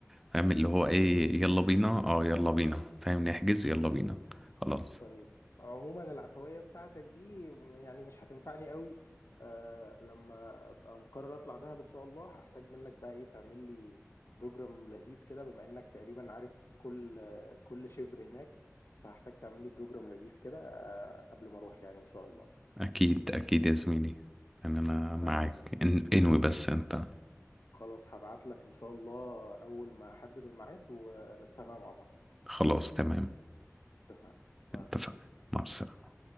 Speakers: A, in the centre; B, on the left (about 70°).
A: فاهم اللي
B: اوكي
A: هو ايه يلا بينا اه يلا بينا فاهم نحجز يلا بينا خلاص
B: طيب عموما العفوية بتاعتك دي يعني مش هتنفعني قوي آه لما ابقى مقرر اطلع دهب ان شاء الله هحتاج منك بقى ايه تعمل لي بروجرام لذيذ كده بما انك تقريبا عارف كل آه كل شبر هناك فهحتاج تعمل لي بروجرام لذيذ كده آه قبل ما اروح يعني ان شاء الله
A: اكيد اكيد يا زميلي يعني انا معاك
B: تمام
A: إن- انوي بس انت
B: خلاص هبعت لك ان شاء الله اول ما احدد الميعاد ونتفق مع بعض
A: خلاص تمام
B: اتفقنا مع
A: اتفقنا
B: السلامة
A: مع السلامه